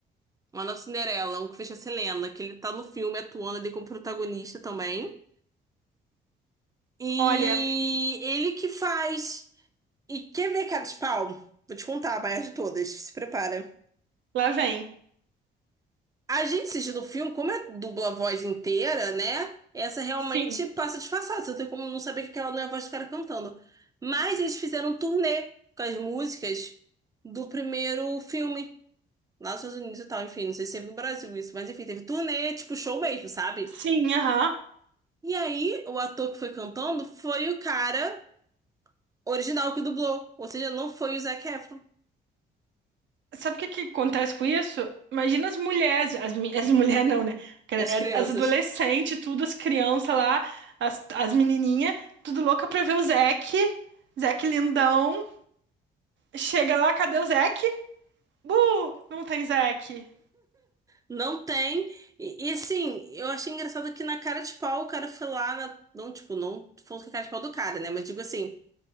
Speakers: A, on the right; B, on the right.
A: Uma Nova Cinderela, o que fez com a Selena, que ele tá no filme atuando ali como protagonista também. E
B: Olha,
A: ele que faz. E quer ver cara de pau? Vou te contar a maior de todas. Se prepara.
B: lá vem.
A: A gente assistindo o filme, como é dubla a voz inteira, né? Essa realmente
B: Sim,
A: passa disfarçada. Você não tem como não saber que aquela não é a voz do cara cantando. Mas eles fizeram um turnê com as músicas do primeiro filme, lá nos Estados Unidos e tal. Enfim, não sei se teve no Brasil isso, mas enfim, teve turnê, tipo show mesmo, sabe?
B: sim, aham.
A: E aí, o ator que foi cantando foi o cara original que dublou. Ou seja, não foi o Zac Efron.
B: Sabe o que que acontece com isso? Imagina as mulheres, as, mi- as mulheres não, né? Credo,
A: As crianças.
B: As adolescentes, tudo, as crianças lá, as, as menininhas, tudo louca pra ver o Zeke. Zeke lindão. Chega lá, cadê o Zeke? Bu! Não tem Zeke.
A: Não tem. E, e, assim, eu achei engraçado que na cara de pau o cara foi lá na. Não, tipo, não falando que a cara de pau do cara, né? Mas digo assim,